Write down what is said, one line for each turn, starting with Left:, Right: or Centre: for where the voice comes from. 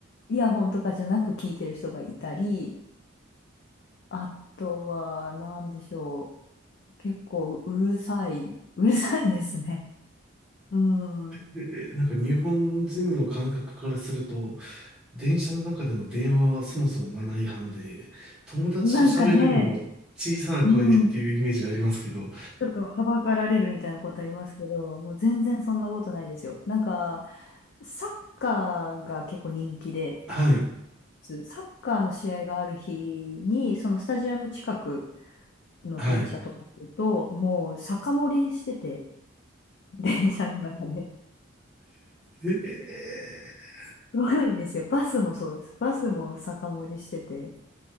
Left: イヤホンとかじゃなく聞いてる人がいたり、あとは何でしょう、結構うるさい、<laughs> うるさいですね。うん。
Centre: でなんか日本人の感覚からすると、電車の中での電話はそもそもマナー違反で、友達と喋るにも小さな声でっていうイメージがありますけど、
Left: なんかね、うん、ちょっとはばかられるみたいなことありますけど、もう全然そんなことないですよ。なんか、サッカーが結構人気で、
Centre: はい、
Left: サッカーの試合がある日に、そのスタジアム近くの電車とか乗ると、
Centre: はい。
Left: もう酒盛りしてて、<laughs> 電車の中で。
Centre: えー
Left: すごいですよ。バスもそうです。バスも酒盛りしてて。